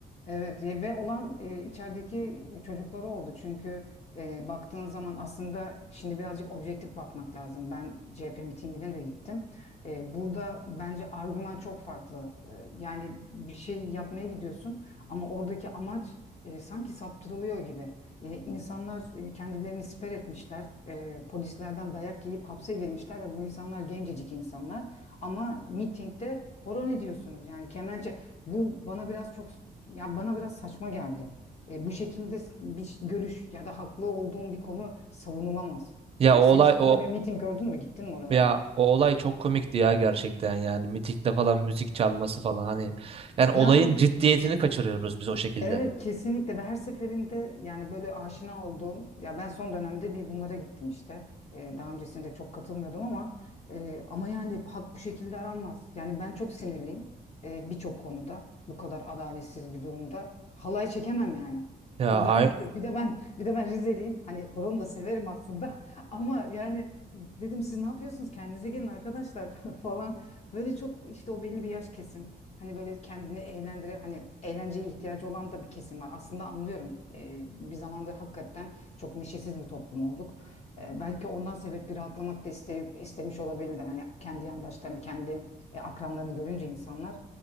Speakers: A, on the left (about 40°); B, on the right (about 35°).
A: Evet ye- ve olan e, içerideki çocukları oldu. Çünkü e, baktığın zaman aslında şimdi birazcık objektif bakmak lazım. Ben CHP mitingine de gittim. E, burada bence argüman çok farklı. E, yani bir şey yapmaya gidiyorsun ama oradaki amaç e, sanki saptırılıyor gibi. E, insanlar e, kendilerini siper etmişler. E, polislerden dayak yiyip hapse girmişler ve bu insanlar gencecik insanlar. Ama mitingde horon ediyorsunuz. Yani kemençe bu bana biraz çok ya bana biraz saçma geldi. E, bu şekilde s- bir ş- görüş ya da haklı olduğun bir konu savunulamaz.
B: Ya
A: Yani
B: o
A: sen
B: olay
A: hiç
B: o
A: böyle miting gördün mü? Gittin mi oralara?
B: Ya o olay çok komikti ya gerçekten yani mitikte falan müzik çalması falan hani yani olayın
A: Yani
B: ciddiyetini kaçırıyoruz biz o şekilde.
A: Evet kesinlikle ve her seferinde yani böyle aşina olduğum ya ben son dönemde bir bunlara gittim işte. Ee, daha öncesinde çok katılmıyordum ama e, ama yani hak bu şekilde aranmaz. Yani ben çok sinirliyim e, birçok konuda bu kadar adaletsiz bir durumda halay çekemem yani.
B: Ya
A: Özellikle
B: ay
A: bir de ben bir de ben Rizeliyim. Hani koronu da severim aslında <laughs> ama yani dedim siz ne yapıyorsunuz kendinize gelin arkadaşlar <laughs> falan. Böyle çok işte o belli bir yaş kesim. Hani böyle kendini eğlendire hani eğlenceye ihtiyacı olan da bir kesim var. Aslında anlıyorum. Ee, bir zamanda hakikaten çok neşesiz bir toplum olduk. Ee, belki ondan sebep bir rahatlamak da iste- istemiş olabilirler. Hani kendi yandaşlarını, kendi e, akranlarını görünce insanlar